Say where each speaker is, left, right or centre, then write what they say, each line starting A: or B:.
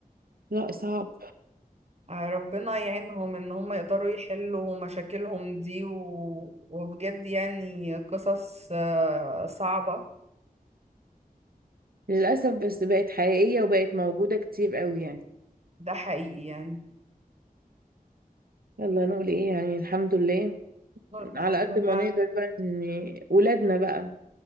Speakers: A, on the right; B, on the right.
A: لا صعب
B: آه، ربنا يعينهم ان هما يقدروا يحلوا مشاكلهم دي و... وبجد يعني قصص آه، صعبة
A: للاسف بس بقت حقيقيه وبقت موجوده كتير قوي يعني
B: ده حقيقي يعني
A: يلا نقول ايه يعني الحمد لله
B: الحمد
A: على قد
B: لله
A: ما نقدر بقى ان ولادنا بقى